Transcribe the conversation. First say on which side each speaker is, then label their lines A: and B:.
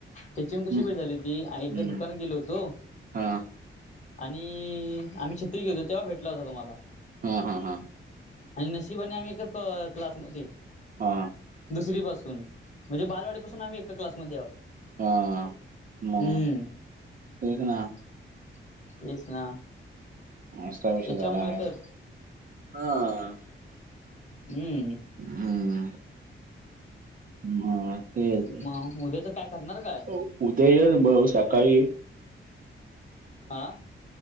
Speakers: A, on the left (about 35°); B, on the right (about 45°).
A: त्याची मग कशी
B: हं,
A: भेट झाली होती, एकदा
B: हं.
A: दुकानात गेलो होतो.
B: हां,
A: आणि आम्ही छत्री घेत होतो, तेव्हा भेटला होता मला.
B: हा हा हा.
A: आणि नशीबने आम्ही एकाच क- क्लासमध्ये.
B: हां.
A: दुसरी पासून म्हणजे, बालवाडीपासून आम्ही एका क्लासमध्ये आहोत.
B: हा, मगं
A: हम्म
B: तेच ना.
A: <unintelligible> तेच ना,
B: नाष्टा बिष्टा
A: त्याच्यामुळे
B: झालायं,
A: तर
B: हां..
A: हम्म.
B: अमं.. अ.. मं, तेच
A: मग उद्याच काय करणार काय
B: उदया य ब- सकाळी.
A: आं..